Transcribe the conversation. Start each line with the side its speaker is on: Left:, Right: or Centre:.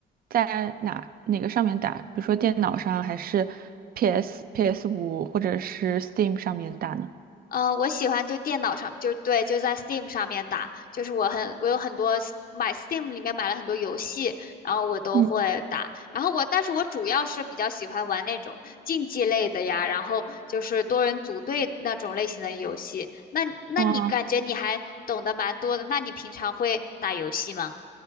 Right: 在哪哪个上面打？比如说电脑上，还是 PS PS 五或者是 Steam 上面打呢？
Left: 呃，我喜欢就电脑上，就对，就在 Steam 上面打，就是我很，我有很多 s- 买 Steam 里面买了很多游戏，然后我都会打。
Right: 嗯，
Left: 然后我，但是我主要是比较喜欢玩那种竞技类的呀，然后就是多人组队那种类型的游戏。那那你感觉你还懂得蛮多的，
Right: 啊。
Left: 那你平常会打游戏吗？